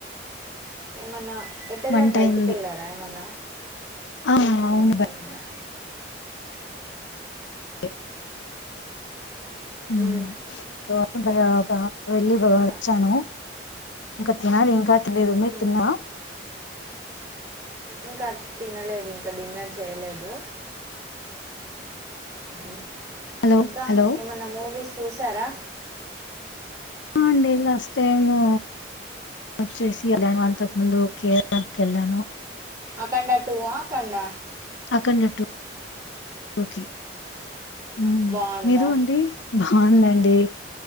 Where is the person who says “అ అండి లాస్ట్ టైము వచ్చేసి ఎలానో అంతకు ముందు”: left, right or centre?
Left